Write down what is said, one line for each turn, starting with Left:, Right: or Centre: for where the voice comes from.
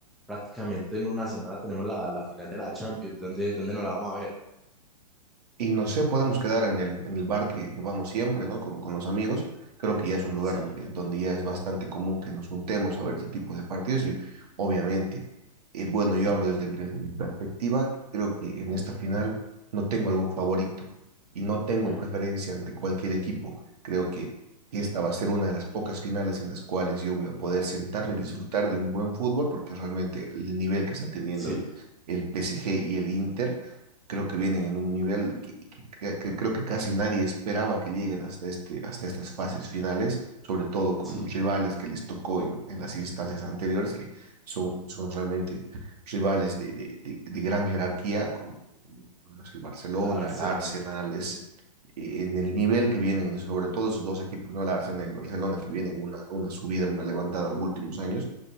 Centre: prácticamente en una semana tenemos la, la final de la Champions. ¿Dónde, dónde nos la vamos a ver?
Right: Y no sé, podemos quedar en el, en el bar que, que vamos siempre, ¿no? Con, con los amigos. Creo que ya es un lugar
Centre: Sí.
Right: donde, donde ya es bastante común que nos juntemos a ver ese tipo de partidos y obviamente, eh, bueno, yo hablo desde, desde mi perspectiva, creo que en
Centre: Ujú,
Right: esta final no tengo algún favorito y no tengo
Centre: ujú,
Right: preferencia ante cualquier equipo. Creo que esta
Centre: Sí,
Right: va a ser una de las pocas finales en las cuales yo voy a poder sentarme y disfrutar de un buen fútbol porque realmente el nivel que está teniendo
Centre: sí,
Right: el, el PSG y el Inter creo que vienen en un nivel que, que- que- que creo que casi nadie esperaba que lleguen hasta este, hasta estas fases finales, sobre todo con
Centre: sí.
Right: los rivales que les tocó en, en las instancias anteriores, que son, son realmente rivales de, de- de- de gran jerarquía, como, como bueno, es el Barcelona,
Centre: La Arsenal.
Right: el Arsenal,
Centre: Ujú,
Right: es,
Centre: <laughs>
Right: eh, en el nivel que vienen, sobre todo esos dos equipos, ¿no? El Arsenal y el Barcelona, que vienen una, una subida, una levantada los últimos años